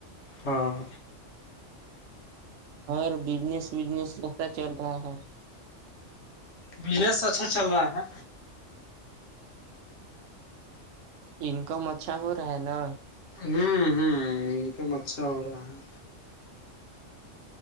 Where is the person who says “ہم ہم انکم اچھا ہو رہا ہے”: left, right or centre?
Left